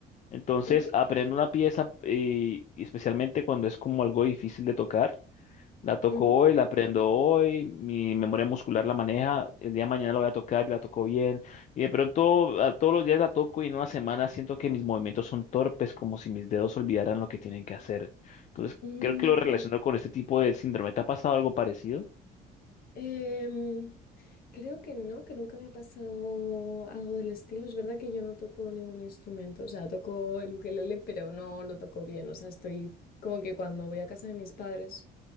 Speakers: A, on the left; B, on the left.
A: Entonces
B: ujú,
A: aprendo una pieza eh, y especialmente cuando es como algo difícil de tocar la toco
B: ujú.
A: hoy, la aprendo hoy, mi memoria muscular la maneja, el día de mañana la voy a tocar y la toco bien. Y de pronto a todos los días la toco y en una semana siento que mis movimientos son torpes, como si mis dedos olvidaran lo que tienen que hacer. Entonces,
B: Mm,
A: creo que lo relaciono con este tipo de síndrome. ¿Te ha pasado algo parecido?
B: Em, creo que no, que nunca me ha pasado algo del estilo. Es verdad que yo no toco ningún instrumento, o sea, toco el ukelele, pero no lo toco bien. O sea, estoy como que cuando voy a casa de mis padres,